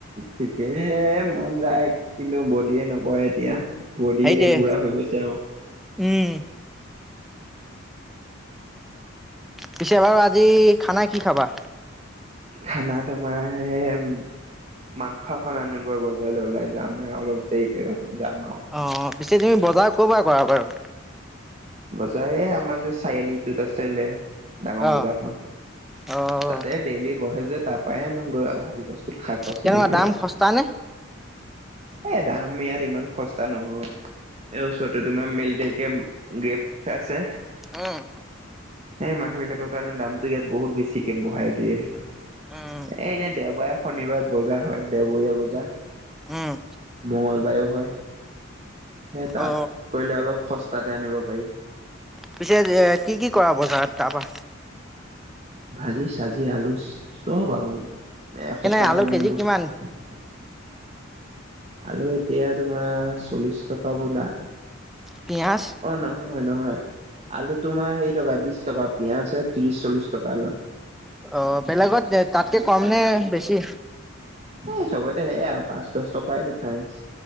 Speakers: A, on the right (about 35°); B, in the centre.
A: ঠিকেহে মন যায় কিন্তু বডিয়ে নকৰে এতিয়া, বডিয়ে
B: সেইটোৱে
A: বুঢ়া হৈ গৈছে আৰু।
B: উম। পিছে বাৰু আজি খানা কি খাবা?
A: খানা তোমাৰ, মাংস অকণ আনোগৈ বজাৰলৈ ওলাই যাম অলপ দেৰিকে যাম। আৰু।
B: অ পিছে তুমি বজাৰ কৰ পৰা কৰা বাৰু?
A: বজাৰ আমাৰ যে চাৰিআলিটোত আছিলে। ডাঙৰ
B: অ
A: বজাৰখন
B: অ'
A: তাতে ডেইলি বহে যে তাৰ পৰাই আনোগৈ আৰু, শাক পাচলি
B: কেনেকুৱা
A: বিলাক।
B: দাম সস্তা নে?
A: এ দাম ইয়াত ইমান সস্তা নহয় এই ওচৰতে তোমাৰ মেলিটাৰী কেম্প গ্ৰুপ আছে।
B: উম
A: সেই মানুহ বিলাকৰ কাৰণে দামটো ইয়াত বহুত বেছিকে বঢ়াই দিয়ে। এ
B: উম
A: এনে দেওবাৰে, শনিবাৰে বজাৰ হয় দেওবৰীয়া বজাৰ।
B: উম
A: মঙ্গলবায়ু হয়, সেই তাত
B: অ
A: কৰিলে অলপ সস্তাতে আনিব পাৰি।
B: পিছে এ কি কি কৰা বজাৰ তাৰপৰা?
A: ভাজি চাজি আলু চব আৰু। এসপ্তাহ
B: কেনে আলু
A: কাৰণে
B: কেজি
A: বস্তু
B: কিমান
A: আলু এতিয়া তোমাৰ চল্লিশ টকা বোলা
B: পিয়াজ?
A: অ নহয় নহয়। আলু তোমাৰ হেই টকা বিশ টকা পিয়াঁজ ত্ৰিশ চল্লিশ টকা লয়।
B: অ বেলেগত তাতকে কম নে বেছি?
A: স চবতে সেইয়াই আও পাঁচ দহ টকাই ডিফাৰেন্স।